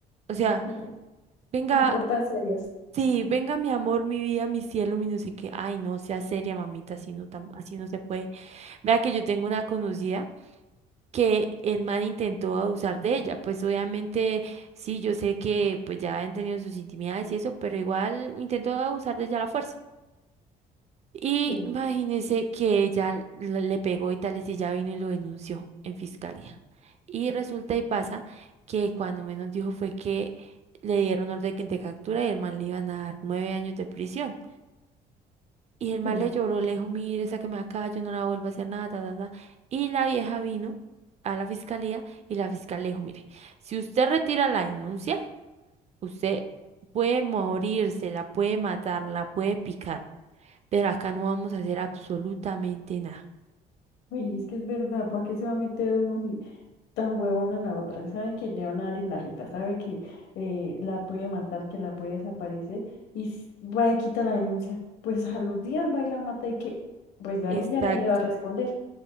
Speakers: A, on the right; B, on the left.
A: O sea,
B: No,
A: venga,
B: no se portan serias.
A: sí, venga mi amor, mi vida, mi cielo, mi no sé qué. Ay, no, sea seria, mamita, así no, tam- así no se puede. Vea que yo tengo una conocida que el man intentó abusar de ella. Pues obviamente, sí, yo sé que pues ya han tenido sus intimidades y eso, pero igual intentó abusar de ella a la fuerza. Y
B: Sí,
A: imagínese que ella l- le pegó y tales y si ya vino y lo denunció en fiscalía. Y resulta y pasa que cuando menos dijo fue que le dieron orden que- de captura y el man le iban a dar nueve años de prisión. Y el man
B: sí.
A: le lloró, le dijo, mire, sáqueme de acá, yo no la vuelvo a hacer nada, ta, ta, ta". Y la vieja vino a la fiscalía y la fiscal le dijo, mire, si usted retira la denuncia, usted puede morirse, la puede matar, la puede picar pero acá no vamos a hacer absolutamente nada.
B: Oye, es que es verdad, ¿para qué se va a meter uno? si tan huevona la otra, sabe que le van a dar en la jeta, sabe que eh, la puede matar, que la puede desaparecer, y s- va y quita la denuncia, pues a los días va y la mata y que, pues de ahí
A: Exacto.
B: ya nadie va a responder.